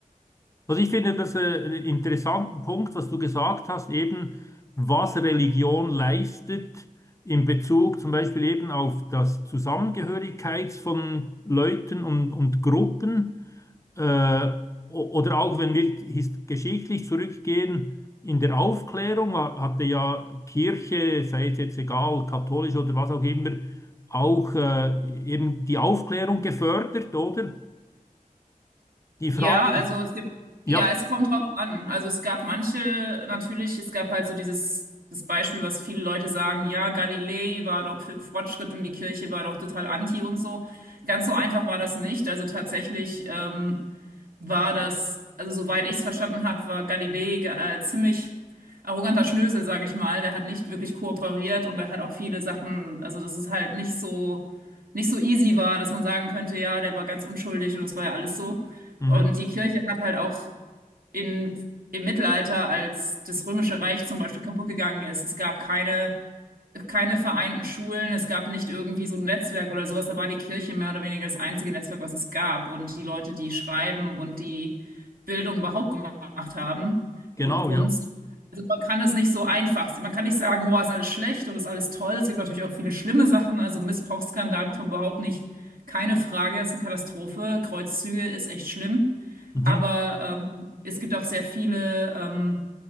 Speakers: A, on the left (about 20°); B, on the right (about 85°).
A: Also ich finde das äh, einen interessanten Punkt, was du gesagt hast, eben was Religion leistet in Bezug zum Beispiel eben auf das Zusammengehörigkeits von Leuten und, und Gruppen. Äh, o- oder auch wenn wir his- geschichtlich zurückgehen, in der Aufklärung ha- hatte ja Kirche, sei es jetzt egal, katholisch oder was auch immer, auch äh, eben die Aufklärung gefördert, oder? Die Frage,
B: Ja, also
A: ist,
B: es gibt,
A: ja,
B: ja, es kommt drauf an. Also es gab manche, natürlich, es gab halt so dieses, das Beispiel, was viele Leute sagen, ja, Galilei war doch für Fortschritt und die Kirche war doch total anti und so. Ganz so einfach war das nicht. Also tatsächlich, ähm, war das, also soweit ich es verstanden habe, war Galilei äh, ziemlich arroganter Schnösel, sage ich mal. Der hat nicht wirklich kooperiert und er hat auch viele Sachen, also dass es halt nicht so, nicht so easy war, dass man sagen könnte, ja, der war ganz unschuldig und das war ja alles so.
A: mhm.
B: Und die Kirche hat halt auch in, im Mittelalter, als das Römische Reich zum Beispiel kaputt gegangen ist, es gab keine keine vereinten Schulen, es gab nicht irgendwie so ein Netzwerk oder sowas, da war die Kirche mehr oder weniger das einzige Netzwerk, was es gab. Und die Leute, die schreiben und die Bildung überhaupt gemacht haben
A: Genau,
B: und Kunst.
A: ja.
B: Also man kann das nicht so einfach sehen. Man kann nicht sagen, boah, ist alles schlecht oder ist alles toll. Es gibt natürlich auch viele schlimme Sachen. Also Missbrauchsskandal muss man überhaupt nicht, keine Frage, ist eine Katastrophe. Kreuzzüge ist echt schlimm.
A: Mhm.
B: Aber ähm, es gibt auch sehr viele. Ähm,